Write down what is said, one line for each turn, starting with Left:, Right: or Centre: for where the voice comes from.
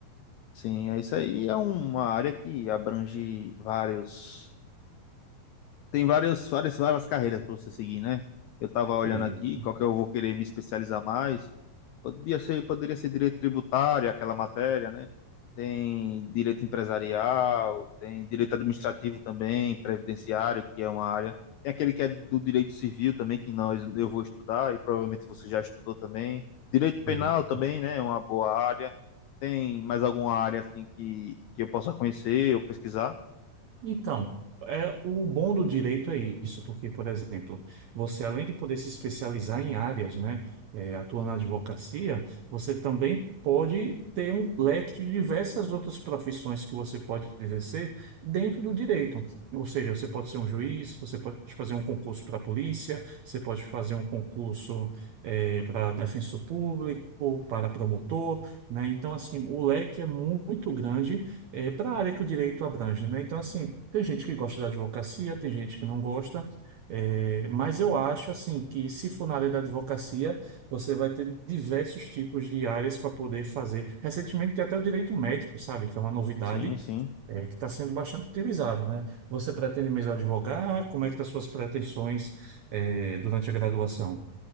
Left: Sim, é isso aí é uma área que abrange vários tem vários, várias, várias carreiras para você seguir, né? Eu tava olhando
Right: Isso,
Left: aqui, qual que eu vou querer me especializar mais. Podia ser, poderia ser direito tributário, aquela matéria, né? Tem direito empresarial, tem direito administrativo também, previdenciário, que é uma área. Tem aquele que é do direito civil também, que nós eu vou estudar e provavelmente você já estudou também. Direito penal
Right: isso.
Left: também, né? É uma boa área. Tem mais alguma área assim que, que eu possa conhecer ou pesquisar?
Right: Então, é, o bom do direito é isso, porque, por exemplo, você além de poder se especializar em áreas, né, é, atua na advocacia, você também pode ter um leque de diversas outras profissões que você pode exercer dentro do direito. Ou seja, você pode ser um juiz, você pode fazer um concurso para a polícia, você pode fazer um concurso, é, para defensor público, para promotor, né? Então, assim, o leque é mu- muito grande é, para a área que o direito abrange, né? Então, assim, tem gente que gosta da advocacia, tem gente que não gosta, é, mas eu acho, assim, que se for na área da advocacia, você vai ter diversos tipos de áreas para poder fazer. Recentemente, tem até o direito médico, sabe? Que é uma novidade,
Left: Sim, sim.
Right: é, que está sendo bastante utilizado, né? Você pretende mesmo advogar? Como é que estão as suas pretensões, é, durante a graduação?